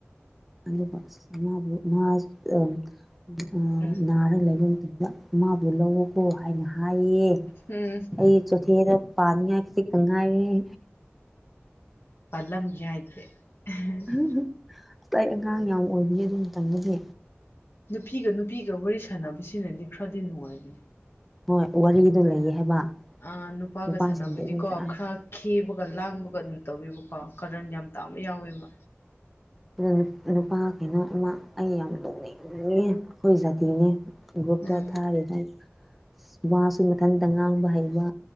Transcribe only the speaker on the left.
ꯎꯝ
ꯍꯨꯝ
ꯄꯥꯜꯂꯝꯒꯦ ꯍꯥꯏꯗꯦ <unintelligible>
ꯅꯨꯄꯤꯒ ꯅꯨꯄꯤꯒ ꯋꯥꯔꯤ ꯁꯥꯟꯅꯕꯁꯤꯅꯗꯤ ꯈꯔꯗꯤ ꯅꯨꯡꯉꯥꯏꯕꯅꯦ
ꯑ ꯅꯨꯄꯥꯒ
ꯁꯥꯟꯅꯕꯗꯤꯀꯣ
ꯈꯔ ꯈꯦꯕꯒ ꯂꯥꯡꯕꯒ ꯑꯗꯨꯝ ꯇꯧꯋꯦꯕꯀꯣ ꯀꯥꯔꯟ ꯌꯥꯝ ꯇꯥꯕ ꯌꯥꯎꯋꯦꯕ
ꯎꯝ